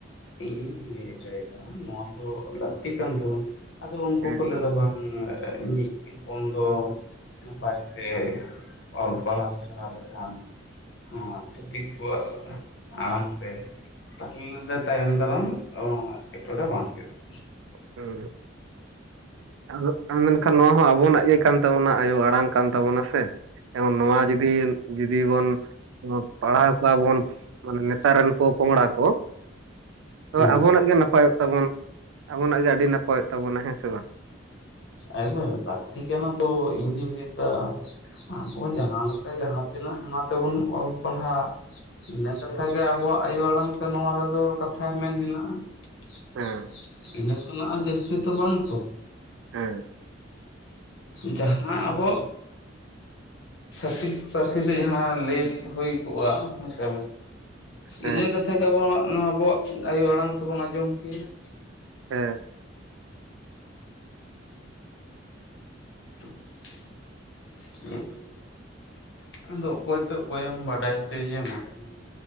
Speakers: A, on the left (about 65°); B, on the right (about 80°).
A: ᱤᱧᱤᱧ ᱞᱟᱹᱭ ᱦᱚᱪᱚᱭᱮᱫᱟ ᱱᱚᱣᱟ ᱫᱚ ᱞᱟᱹᱠᱛᱤ ᱠᱟᱱ ᱛᱟᱵᱚᱱᱟ ᱟᱫᱚ ᱩᱱᱠᱩ
B: ᱦᱮᱸ
A: ᱠᱚ ᱞᱟᱹᱭ ᱫᱟ ᱵᱟᱝ ᱤᱧᱤᱪ ᱦᱚᱯᱚᱱ ᱫᱚ ᱱᱟᱯᱟᱭᱛᱮ ᱚᱞ ᱯᱟᱲᱦᱟᱣ ᱥᱮᱬᱟ ᱞᱮᱠᱷᱟᱱ ᱦᱚᱸᱪᱷᱟᱹᱛᱤᱠ ᱠᱚᱣᱟ ᱟᱲᱟᱝ ᱛᱮ ᱛᱟᱦᱞᱮ ᱫᱚ ᱛᱟᱭᱚᱢ ᱮᱵᱚᱨ ᱚ <unintelligible> ᱦᱚ ᱵᱟᱝ ᱦᱩᱭᱩᱜᱼ ᱟ
B: ᱦᱩᱸ ᱟᱫᱚ ᱢᱮᱱ ᱠᱷᱟᱱ ᱱᱚᱣᱟ ᱦᱚᱸ ᱟᱵᱚᱱᱟᱜ ᱜᱮ ᱠᱟᱱ ᱛᱟᱵᱚᱱᱟ ᱟᱭᱳ ᱟᱲᱟᱝ ᱠᱟᱱ ᱛᱟᱵᱚᱱᱟ ᱥᱮ ᱮ ᱱᱚᱣᱟ ᱡᱩᱫᱤ ᱡᱩᱫᱤ ᱵᱚᱱ ᱯᱟᱲᱦᱟᱣ ᱠᱚᱣᱟ ᱵᱚᱱ ᱢᱟᱱᱮ ᱱᱮᱛᱟᱨ ᱨᱮᱱ ᱯᱚᱼᱯᱚᱝᱲᱟ ᱠᱚ ᱛᱚ
A: ᱛᱤᱧᱟ
B: ᱟᱵᱚᱱᱟᱜ
A: ᱦᱩᱸ
B: ᱜᱮ ᱱᱟᱯᱟᱭᱚᱜ ᱛᱟᱵᱚᱱᱟ ᱾ ᱟᱵᱚᱱᱟᱜ ᱜᱮ ᱟᱹᱰᱤ ᱱᱟᱯᱟᱭᱚᱜ ᱛᱟᱵᱚᱱᱟ ᱦᱮᱸ ᱥᱮ ᱵᱟᱝ?
A: ᱮᱠᱵᱟᱨ ᱞᱟᱹᱠᱛᱤ ᱠᱟᱱᱟ ᱛᱚ ᱤᱧ ᱫᱩᱧ ᱞᱟᱹᱭ ᱫᱟ ᱟᱵᱚ ᱡᱟᱦᱟᱸ ᱞᱮᱠᱟ ᱡᱟᱦᱟᱸᱛᱤᱱᱟᱹᱜ ᱚᱱᱟ ᱛᱮᱵᱚᱱ ᱚᱞ ᱯᱟᱲᱦᱟᱜ ᱤᱱᱟᱹ ᱠᱟᱛᱷᱟ ᱜᱮ ᱟᱵᱚᱣᱟᱜ ᱟᱭᱳ ᱟᱲᱟᱝ ᱛᱮ ᱱᱚᱣᱟ ᱨᱮᱫᱚ ᱠᱟᱛᱷᱟᱭ ᱢᱮᱱ ᱢᱮᱱᱟᱜᱼᱟ
B: ᱦᱮᱸ
A: ᱾ ᱤᱱᱟᱹ ᱠᱷᱱᱟᱜ ᱟᱨ ᱡᱟᱹᱥᱛᱤ ᱛᱚ ᱵᱟᱝ ᱛᱚ?
B: ᱦᱮᱸ ᱾
A: ᱡᱟᱦᱟᱸ ᱟᱵᱚ ᱪᱷᱟᱹᱛᱤᱠ ᱯᱟᱹᱨᱥᱤ ᱛᱮ ᱡᱟᱦᱟᱸ ᱞᱟᱹᱭ ᱦᱩᱭ ᱠᱚᱜᱼᱟ ᱦᱮᱸ ᱥᱮ
B: ᱦᱮᱸ
A: ᱤᱱᱟᱹ ᱠᱟᱛᱷᱟ ᱜᱮ ᱟᱵᱚ ᱟᱵᱚᱣᱟᱜ ᱟᱭᱳ ᱟᱲᱟᱝ ᱛᱮᱵᱚᱱ ᱟᱸᱡᱚᱢ ᱠᱮᱭᱟ ᱾
B: ᱦᱮᱸ᱾
A: ᱦ <unintelligible> ᱟᱫᱚ ᱚᱠᱚᱭ ᱛᱚ ᱚᱠᱚᱭᱮᱢ ᱵᱟᱰᱟᱭ ᱦᱚᱪᱚᱭᱮᱭᱟ ᱢᱟᱛᱟᱦᱚᱞᱮ